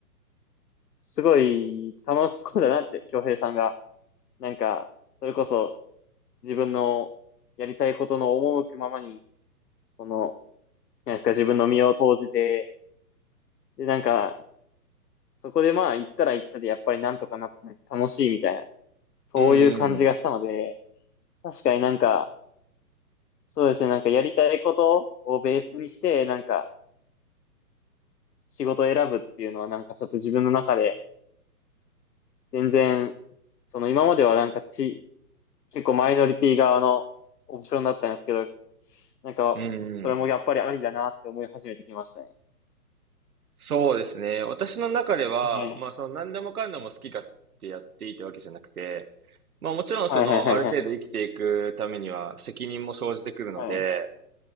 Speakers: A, on the left; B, on the right.
A: すごい楽しそうだなって、京平さんが。なんか、それこそ自分のやりたいことの赴くままに、この、なんですか、自分の身を投じて、で、なんか、そこでまあ、行ったら行ったで、やっぱりなんとかなって、なんか楽しいみたいな、そういう感じがしたので、
B: うん、うん、
A: 確かになんか、そうですね、なんかやりたいことをベースにして、なんか、仕事を選ぶっていうのは、なんかちょっと自分の中で、全然、その今まではなんかち、結構マイノリティ側のオプションだったんですけど、なんか、
B: うん、
A: それもやっぱりありだなって思い始めてきましたね。
B: うん。そうですね。私の中では、
A: はい。
B: まあ、その何でもかんでも好きかってやっていいってわけじゃなくて、まあ、もちろんそのある程度生きていくためには責任も生じてくるので、
A: はいはいはいはい。はい。